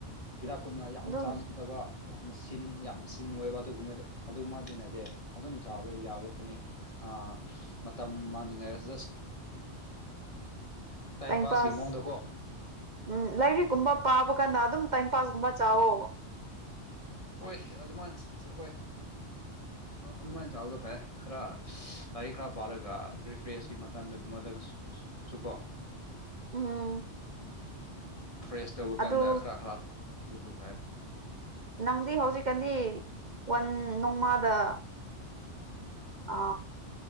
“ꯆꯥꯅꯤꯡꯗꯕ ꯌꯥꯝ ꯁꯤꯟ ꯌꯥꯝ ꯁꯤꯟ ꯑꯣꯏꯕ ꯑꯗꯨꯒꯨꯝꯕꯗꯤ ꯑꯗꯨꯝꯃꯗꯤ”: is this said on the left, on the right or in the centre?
Left